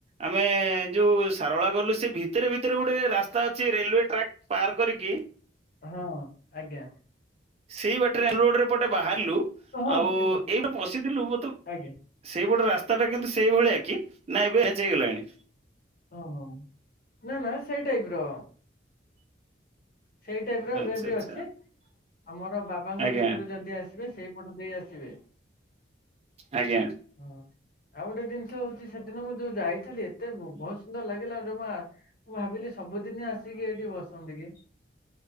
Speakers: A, on the right; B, on the left.
A: ଆମେ ଯୋଉ ସାରଳା ଗଲୁ ସେ ଭିତରେ ଭିତରେ ଗୋଟେ ରାସ୍ତା ଅଛି ରେଲୱେ ଟ୍ରାକ୍। ପାର କରିକି
B: ହଁ ଆଜ୍ଞା।
A: ସେଇ ବାଟରେ ରୋଡରେ ପଟେ ବାହାରିଲୁ
B: ହଁ
A: ଆଉ
B: ସେ
A: ଏଇଠୁ ବସିିଥିଲୁ ମତେ।
B: ଆଜ୍ଞା
A: ସେଇପଟେ ରାସ୍ତା ଟା କିନ୍ତୁ ସେଇଭଳିଆ କି ନା ଏବେ ଚେଞ୍ଜ ହେଇଗଲାଣି।
B: ଓଃ ହୋ ନା ନା ସେଇ ଟାଇପ ର। ସେଇ ଟାଇପ ର
A: ଆଚ୍ଛା
B: ଏବେ ବି
A: ଆଚ୍ଛା
B: ଅଛି ଆମର ବାବାଙ୍କ
A: ଆଜ୍ଞା
B: ପୀଠରୁ ଯଦି ଆସି। ସେଇପଟ ଦେଇ ଆସିବେ।
A: ଆଜ୍ଞା।
B: ହଁ। ଆଉ ଗୋଟେ ଜିନିଷ ହଉଛି ସେଦିନ ମୁଁ ଯୋଉ ଯାଇଥିଲି ଏତେ ବହୁତ ସୁନ୍ଦର ଲାଗିଲା ଆଉ ଜମା। ମୁଁ ଭାବିଲି ସବୁଦିନ ଆସିକି ଏଇଠି ବସନ୍ତି କି।